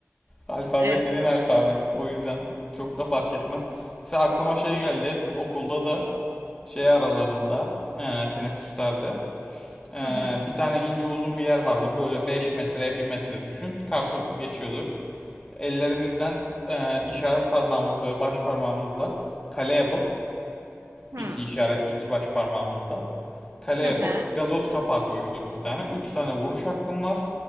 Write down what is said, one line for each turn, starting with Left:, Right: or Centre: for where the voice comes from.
Left: Alfabe
Right: Evet.
Left: senin alfaben. O yüzden çok da fark etmez. Mesela aklıma şey geldi. Okulda da şey aralarında, eee, teneffüslerde Ee,
Right: Hı hı.
Left: bir tane ince uzun bir yer vardı. Böyle 5 metre bir metre düşün. Karşılıklı geçiyorduk. Ellerimizden e, işaret parmağımız ve baş parmağımızla kale yapıp
Right: Hı
Left: iki
Right: hı.
Left: işaret iki baş parmağımızla kale
Right: Hı
Left: yapıp
Right: hı.
Left: gazoz kapağı koyuyorduk bir tane. üç tane vuruş hakkım var.